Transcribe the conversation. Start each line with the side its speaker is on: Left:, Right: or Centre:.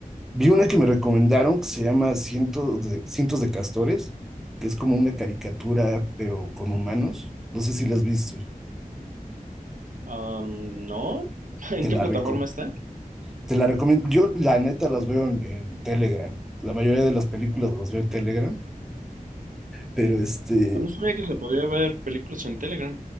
Centre: Vi una que me recomendaron que se llama Cientos de, Cientos de Castores, que es como una caricatura, pero con humanos. No sé si la has visto.
Right: Am, no, <laughs> ¿en
Centre: Te
Right: qué
Centre: la,
Right: plataforma
Centre: reco-
Right: está?
Centre: Te la recomiendo. Yo, la neta, las veo en, en Telegram. La mayoría de las películas las veo en Telegram, pero este,
Right: A mí sabía que se podía ver películas en Telegram.